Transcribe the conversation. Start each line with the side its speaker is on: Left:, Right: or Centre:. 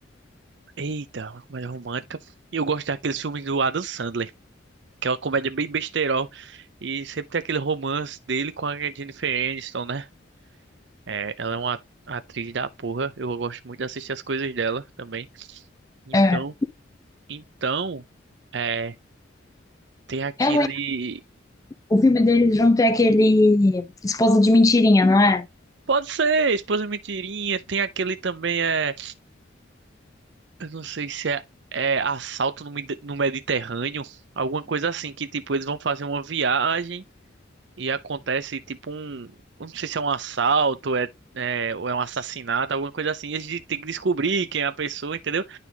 Right: Eita, uma comédia romântica. E eu gosto daqueles filmes do Adam Sandler. que é uma comédia bem besterol. E sempre tem aquele romance dele com a Jennifer Aniston, né? É, ela é uma atriz da porra. Eu gosto muito de assistir as coisas dela também. Então,
Left: É,
Right: então, é, tem aquele.
Left: é ruim. o filme deles junto é aquele Esposa de Mentirinha, não é?
Right: Pode ser, Esposa Mentirinha. Tem aquele também, é. Eu não sei se é, é Assalto no Medi- no Mediterrâneo. Alguma coisa assim, que tipo, eles vão fazer uma viagem. e acontece tipo um, eu não sei se é um assalto, é, é ou é um assassinato, alguma coisa assim. Eles têm que descobrir quem é a pessoa, entendeu?